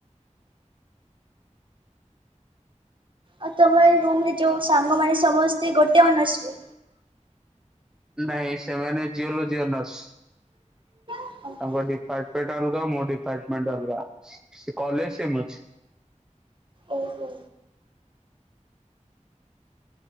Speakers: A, on the right; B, in the centre.
A: ଆଉ ତୁମ ଏଇ ରୁମ୍ ରେ ଯୋଉ ସାଙ୍ଗମାନେ ସମସ୍ତେ ଗୋଟେ ଅନର୍ସ?
B: ନାଇଁ ସେମାନେ ଜିଓଲୋଜି ଅନର୍ସ।
A: ଓହୋ
B: ତାଙ୍କ ଡିପାଟେମେଣ୍ଟ୍ ଅଲଗା ମୋ ଡିପାଟେମେଣ୍ଟ୍ ଅଲଗା କଲେଜ୍ ସେମ୍ ଅଛି।
A: ଓ ହୋ।